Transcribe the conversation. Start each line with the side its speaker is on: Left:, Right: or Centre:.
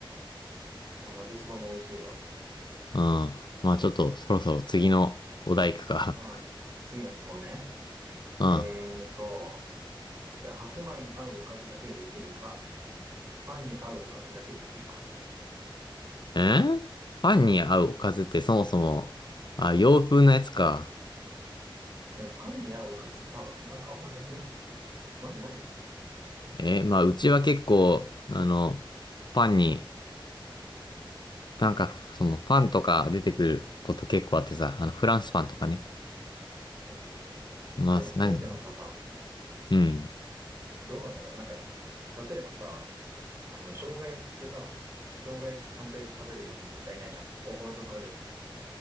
Right: まあ、まぜそばも美味しいわ。
Left: うん。まあちょっと、そろそろ次のお題行くか。
Right: まあ、次の質問ね。
Left: <laughs> うん。
Right: えーと、じゃあ白米に合うおかずだけで生きるか、パンに合うおかずだけで生きるか。
Left: えーパンに合うおかずってそもそも、あ、洋風なやつか。
Right: でもパンに合うおかずか、なんかあんまなくねな、何
Left: えーまあうちは結構、あの、パンに、なんか、その、パンとか出てくること結構あってさ、あの、フランスパンとかね。
Right: うん。
Left: まあ、
Right: でもそれってなんかさ、
Left: なんか、うん。
Right: どうなんだろう。なんか、例えばさ、あの、生姜焼きってさ、生姜焼き単体で食べるやつ絶対いないじゃん。お米と食べるじゃん。